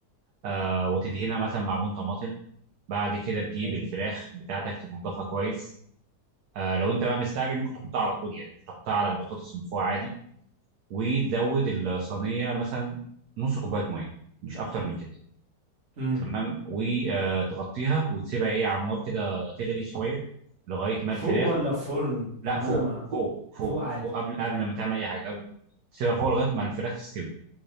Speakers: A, on the right (about 70°); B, on the right (about 45°).
A: آه وتدهنها مثلا معجون طماطم بعد كده تجيب
B: حلو
A: الفراخ بتاعتك تنضفها كويس آه لو انت بقى مستعجل ممكن تحطها على طول يعني ممكن تحطها على البطاطس من فوق عادي وتزود الصينيه مثلا نص كوبايه ميه مش اكتر من كده
B: امم
A: تمام وتغطيها وتسيبها ايه على النار كده تغلي شويه لغايه ما
B: فوق
A: الفراخ
B: ولا في فرن لان
A: لا فوق
B: انا ما
A: فوق فوق
B: فوق عادي
A: فوق قبل قبل
B: اه
A: ما تعمل اي حاجه قبل تسيبها فوق لغايه ما الفراخ تستوي